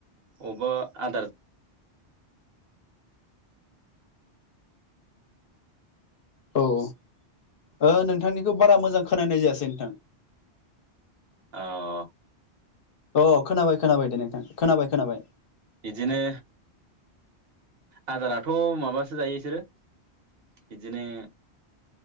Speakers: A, on the right; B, on the left.
A: अबबा आदार
B: औ औ ओ नोंथांनिखौ बारा मोजां खोनानाय जायासै नोंथां
A: औ
B: अ खोनाबाय खोनाबाय दे नोंथां खोनाबाय खोनाबाय
A: बिदिनो आदाराथ' माबासो जायो बिसोरो बिदिनो